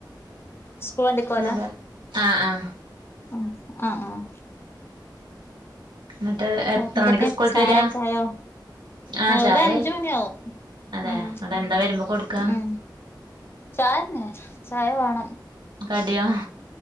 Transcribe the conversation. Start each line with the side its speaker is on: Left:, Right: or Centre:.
Left: സ്കൂൾ വണ്ടിക്കോല
Right: അതെ <unintelligible> ആഹ് ആഹ്
Left: ആഹ് ആഹ്
Right: എന്നിട്ട് എത്ര
Left: വേറെന്തൊക്കെ
Right: മണിക്ക് സ്കൂളിട്ട്
Left: ചായൊക്കെ
Right: വരിക
Left: ആയോ
Right: ആഹ്
Left: അവര്
Right: ചായായി
Left: അഞ്ച് മണി ആവും
Right: അതെ
Left: ഉം
Right: അവിടെ എന്താ വരുമ്പോ കൊടുക്കാ
Left: ഉം ചായതന്നെ ചായ വേണം
Right: കടിയോ